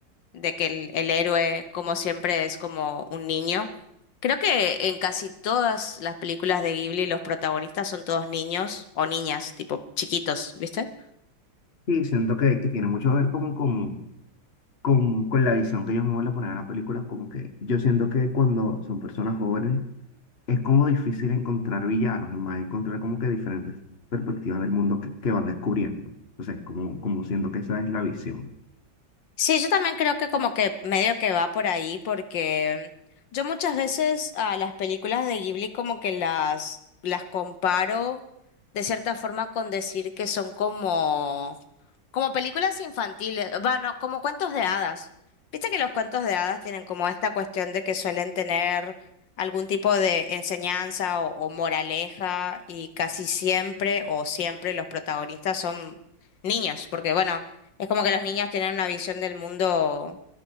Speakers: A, on the left (about 75°); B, on the left (about 35°).
A: de que el, el héroe, como siempre, es como un niño. Creo que en casi todas las películas de Ghibli los protagonistas son todos niños o niñas, tipo chiquitos, ¿viste?
B: Sí, siento que, que tiene mucho que ver como con con, con la visión que ellos mismos le ponen a la película, como que yo siento que cuando son personas jóvenes es como difícil encontrar villanos, es más, encontrar como que diferentes perspectivas del mundo que, que van descubriendo. O sea, es como, como siento que esa es la visión.
A: Sí, yo también creo que como que medio que va por ahí porque yo muchas veces a las películas de Ghibli como que las las comparo de cierta forma con decir que son como Como películas infantiles, bueno, como cuentos de hadas. Viste que los cuentos de hadas tienen como esta cuestión de que suelen tener algún tipo de enseñanza o, o moraleja y casi siempre o siempre los protagonistas son niños, porque bueno, es como que los niños tienen una visión del mundo